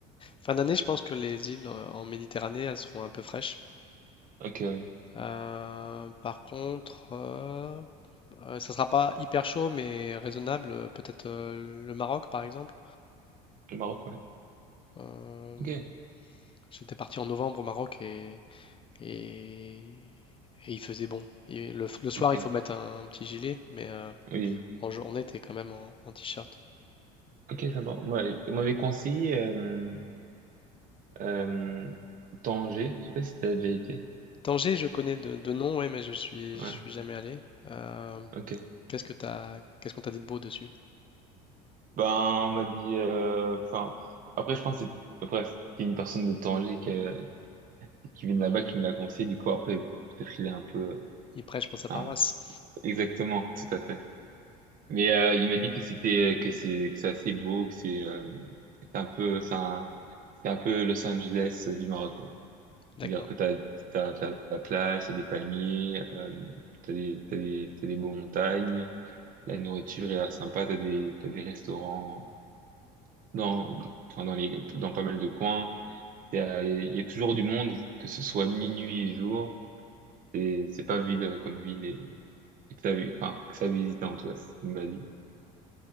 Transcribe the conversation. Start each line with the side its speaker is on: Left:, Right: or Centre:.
Left: Fin d'année, je pense que les îles euh, en Méditerranée, elles seront un peu fraîches.
Right: Ok, oui.
Left: Euh, par contre, euh, euh, ça sera pas hyper chaud, mais raisonnable. euh, Peut-être euh, le Maroc, par exemple.
Right: Le Maroc, ouais.
Left: Euh,
Right: Ok,
Left: j'étais parti en novembre au Maroc et, et, et il faisait bon. Et le, le soir,
Right: ok,
Left: il faut mettre un, un petit gilet, mais euh,
Right: oui.
Left: en journée, t'es quand même en, en t-shirt.
Right: Ok, ça va. Ouais, on m'avait conseillé euh, euh, Tanger. Je sais pas si t'as déjà été.
Left: Tanger, je connais de, de nom, ouais, mais je suis,
Right: Ouais,
Left: je suis jamais allé. Euh,
Right: ok.
Left: qu'est-ce que t'as, qu'est-ce qu'on t'a dit de beau dessus?
Right: Ben, on m'a dit... euh, Enfin, après, je pense que c'est... Après, c'est une personne de Tanger qui, a- qui vient de là-bas qui me l'a conseillé. Du coup, après, bon, peut-être il est un peu... euh,
Left: Il prêche pour sa
Right: hein,
Left: paroisse.
Right: exactement, tout à fait. Mais euh, il m'a dit que c'était... que c'est que c'est assez beau, que c'est euh, c'est un peu... C'est un, c'est un peu Los Angeles euh, du Maroc, quoi.
Left: D'accord.
Right: C'est-à-dire que t'as, t'as, t'as la plage, t'as des palmiers, euh, t'as des, t'as des, t'as des beaux montagnes, la nourriture est là sympa, t'as des, t'as des restaurants dans, enfin, dans les, dans pas mal de coins. Il y a, il y a toujours du monde, que ce soit ni nuit ni jour. Et c'est pas vide comme ville et, et que ça, vi- enfin, que ça visite en tout cas, c'est ce qu'il m'a dit.